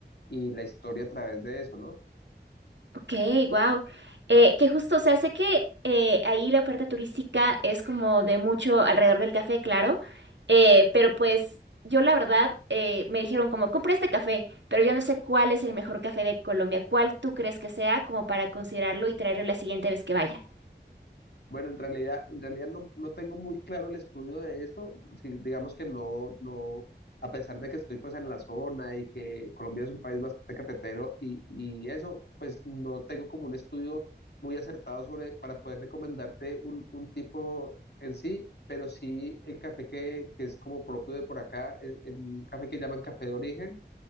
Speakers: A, on the left; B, on the right.
A: y la historia a través de eso, ¿no?
B: Ok, wow. que justo, o sea, sé que eh, ahí la oferta turística es como de mucho alrededor del café, claro, eh, pero pues yo la verdad eh, me dijeron como, compré este café, pero yo no sé cuál es el mejor café de Colombia, cuál tú crees que sea como para considerarlo y traerlo la siguiente vez que vaya.
A: Bueno, en realidad, en realidad no, no tengo muy claro el estudio de eso. Sí, digamos que no, no, a pesar de que estoy pues en la zona y que Colombia es un país bastante cafetero y, y eso, pues no tengo como un estudio muy acertado sobre para poder recomendarte un, un tipo en sí, pero sí el café que, que es como propio de por acá, es, el café que llaman café de origen